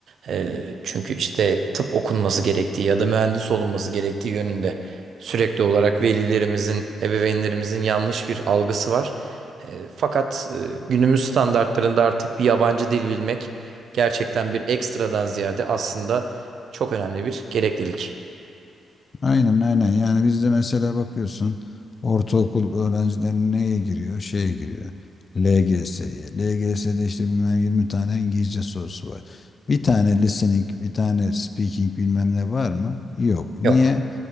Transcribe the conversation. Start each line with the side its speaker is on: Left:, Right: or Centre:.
Right: Ee, çünkü işte tıp okunması gerektiği ya da mühendis olunması gerektiği yönünde sürekli olarak velilerimizin, ebeveynlerimizin yanlış bir algısı var. Ee, fakat e, günümüz standartlarında artık bir yabancı dil bilmek gerçekten bir ekstradan ziyade aslında çok önemli bir gereklilik.
Left: Aynen aynen yani bizde mesela bakıyorsun ortaokul öğrencileri neye giriyor? Şeye giriyor. LGS'ye. LGS'de işte bilmem 20 tane İngilizce sorusu var. Bir tane listening, bir tane speaking bilmem ne var mı? Yok. Niye?
Right: Yok.